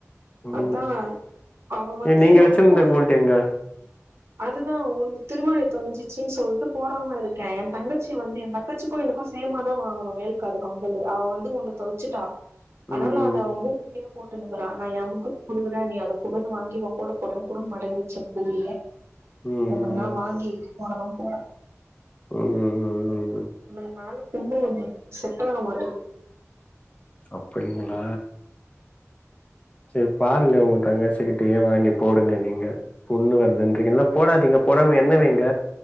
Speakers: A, on the left; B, on the right.
A: ம்
B: அதா அவ வந்து
A: ஏ நீங்க
B: அவளுக்கு
A: வெச்சிந்த கோல்டு எங்க
B: அதுதா ஒன்னு திருவாணி தொலஞ்சிச்சுன்னு சொல்ட்டு போடாம இருக்கே என் தங்கச்சி வந்து என் தங்கச்சிக்கும் எனக்கும் சேமா தா வாங்குனோ மேல் காது கம்பலு அவ வந்து ஒன்னு தொலச்சுட்டா ஆனால
A: ம்
B: இல்ல
A: ம்
B: அவ மூக்குத்தியா போட்ந்தபாரு ஆனா என் மூக்குத்தி குடுக்கறே நீ அத குடு வாங்கி நா போடபோறே குடுக்க மாட்டேங்குது செம்புலயே
A: ம் ம்
B: எப்பிட்ன்னா
A: ம்
B: வாங்கி போட தா போறே
A: ம் ம் ம் ம்
B: உன்ன நாலும் ரொம்ப வந்துட்து செட்டாக மாட்டேங்கு
A: அப்படிங்களா சேர் பாருங்க உங்க தங்கசிக்கிட்டயே வாங்கி போடுங்க நீங்க புண்ணு வருதுன்றீங்க இல்லன்னா போடாதீங்க போடாம எண்ணெ வைங்க